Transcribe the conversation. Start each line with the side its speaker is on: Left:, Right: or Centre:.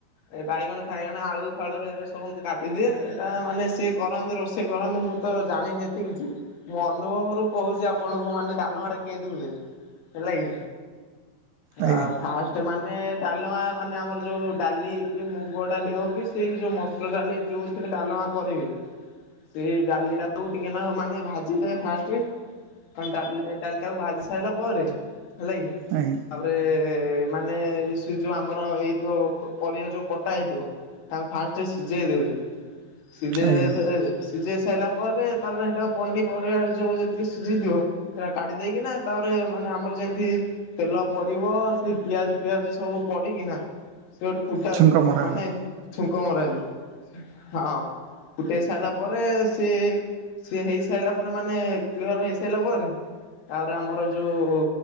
Left: ଏ ବାଇଗଣ ଫାଇଗଣ ଆଳୁ ଫାଳୁ ଏ ସବୁ ମୁଁ କାଟିଦିଏ ଏଇଟା ମାନେ ସିଏ କରନ୍ତିୁ ରୋଷେଇ କରନ୍ତୁ ମୁଁ ତ ଜାଣିନି ଏତି କିଛି ମୋ ଅନୁଭବରୁୁ କହୁଚି ଆପଣଙ୍କୁ ମାନେ ଡାଲମାଟା କେମିତି ହୁଏ ହେଲାକି
Right: ଆଜ୍ଞା
Left: ଆଁ ଫାଷ୍ ମାନେ ଡାଲମା ମାନେ ଆମର ଯୋଉ ଡାଲି କି ମୁଗ ଡାଲି ହଉ କି ସେଇ ଯୋଉ ମସୁର ଡାଲି ଯୋଉ ଟିକେ ଡାଲମା କରିବି। ସେଇ ଡାଲି ଟାକୁ ଟିକେନାକୁ ମାନେ ଭାଜିଦେବେ ଫାଷ୍ଟେ। <unintelligible> ଡାଲି ଟାକୁ ଭାଜି ସାଇଲା ପରେ ହେଲା କି।
Right: ଆଜ୍ଞା।
Left: ତାପରେ ମାନେ ସେ ଯୋଉ ଆମର ହେଇଥିବ ପରିବା ଯୋଉ କଟା ହେଇଥିବ। ତାକୁ ଫାଷ୍ଟେ ସିଝେଇ ଦେବେ ସିଝେଇ
Right: ଆଜ୍ଞା
Left: ଦେ ତ ଏ ସିଝେଇ ସାଇଲା ପରେ ତାପରେ ହେଟାକୁ ପନିପରିବା ଯୋଉ ଯେତିକି ସିଝେଇ ଥିବ। ହେରା କାଟିି ଦେଇକିନା ତାପରେ ମାନେ ଆମର ଯେମତି ତେଲ ପଡିବ ସେ ପିଆଜ ଫିଆଜ ସବୁ ପଡିକିନା। ସେ ଗୋଟେ ଫୁଟା
Right: ଛୁଙ୍କ
Left: ଯିବ
Right: ମରା
Left: ମାନେ
Right: ହୁଏ
Left: ଛୁଙ୍କ ମରା ଯିବ ହଁ। ଫୁଟେଇ ସାରିଲା ପରେ ସିଏ ସିଏ ହେଇ ସାଇଲା ପରେ ମାନେ କ୍ଲିୟର ହେଇସାଇଲା ପରେ ତାପରେ ଆମର ଯୋଉ